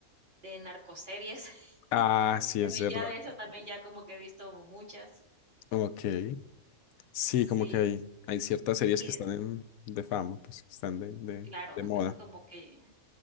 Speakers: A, on the right; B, on the left.
A: de narcoseries.
B: Ah,
A: <laughs>
B: sí,
A: Y también
B: es verdad.
A: ya de eso, también ya como que he visto muchas.
B: Ok, sí,
A: Sí.
B: como que hay, hay ciertas series
A: Y
B: que están en- de fama, pues que están de, de,
A: claro,
B: de
A: entonces
B: moda.
A: como que